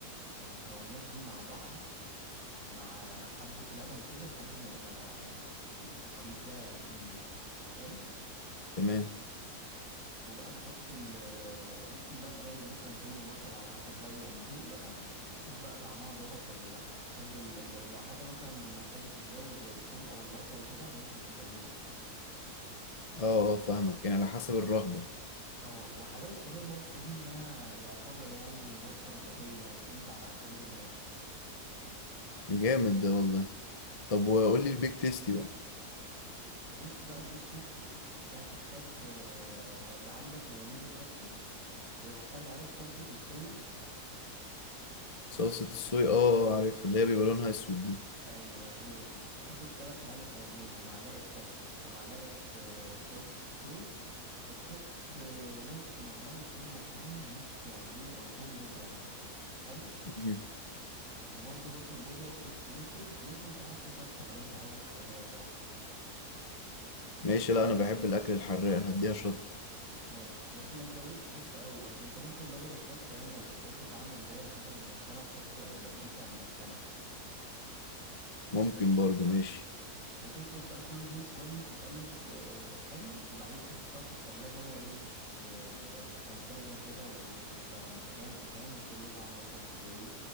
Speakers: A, on the right (about 50°); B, on the left (about 25°).
A: المكونات دي مع بعض مع حبة لبن كده لحد ما يبقى الع- ال- الخليط ده كريمي حلو
B: تمام
A: وبقى تحط ال ممكن بقى تزود مثلا توم وبصل على حسب بقى إيه، يعني دوق بقى وشوف بقى طعمها ظبط ولا لا تفضل يعني لو حاجة مثلا محتاجة تتزود زي التوم أو البصل وكده ممكن تزودها
B: اه اه فاهمك يعني على حسب الرغبة
A: اه وحلاوة كمان الوصفة دي إنها يعتبر يعني وصفة نباتية يعني تنفع مع كل الناس
B: جامد ده والله طب وقول لي البيك تيستي بقى
A: بص بقى البيك تيستي دي هتحتاج آه، هيبقى عندك مايونيز وكاتشب وهتحتاج عارف صلصة الصويا
B: صلصة الصويا اه اه آه، عارف اللي هي بيبقى لونها اسود دي
A: ايوه هي دي هتاخد تلات معالق مايونيز ومعلقة كاتشب ومعلقة آه، صلصة الصويا وتحط آه، نص معلقة توم مفروم نص يعني ايه او توم بودرة مثلا حلو
B: مم.
A: وبرضه بصل بودرة وفلفل اسود وممكن تحط شطة لو انت عايزه حراق يعني
B: ماشي لا انا بحب الاكل الحراق هديها شط
A: ماشي بس ما تزودش شطة قوي برضه انت ممكن بدل الشطة يعني لو بتحب طعم اللي هي الحاجة المدخنة تحط آه، بابريكا مدخنة
B: ممكن برضو ماشي
A: وتخلط بقى كل دول كويس وتقلب آه، حلو وبعدين تحطها في التلاجة بقى ايه ت- تنسجم كده وتبقى متجانسة فاهم وكل طعم ياخد ايه